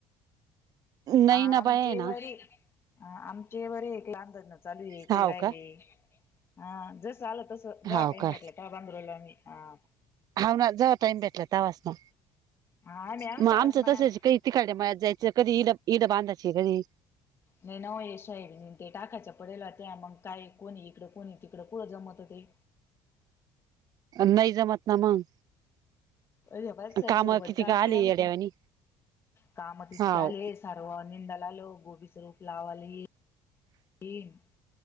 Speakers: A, on the right; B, on the left.
A: नाही
B: आमचेवरी
A: ना बाय आहे ना
B: आमचे बरे एक लाहानदना चालू आहे
A: हाव
B: काही राहिले
A: का
B: अ जस आलं तसं जव्हा
A: हाव
B: टाइम
A: का
B: भेटला तेव्हा बांधरल आम्ही हा.
A: हाव ना जव्हा टाइम भेटला तवास ना
B: हा आम्ही आलतो
A: मग
B: आज
A: आमचं
B: मळ्यात
A: तसच काही तिकडे मयात जायचं कधी इड इड बांधाची कधी.
B: नाही न वय साहेबने ते टाकायच्या पडेला त्या मग काय कोणी इकडं कोणी तिकडं कुठं जमत हो ते.
A: नाही जमत ना मग.
B: याबच आहे
A: काम
B: सोबत
A: किती
B: जास
A: का आले
B: लागतं
A: येड्यावानी
B: कामं इतके
A: हाव
B: आलेस सर्व निंदलालो गोबी सरूप लावयला <inaudible> येईन.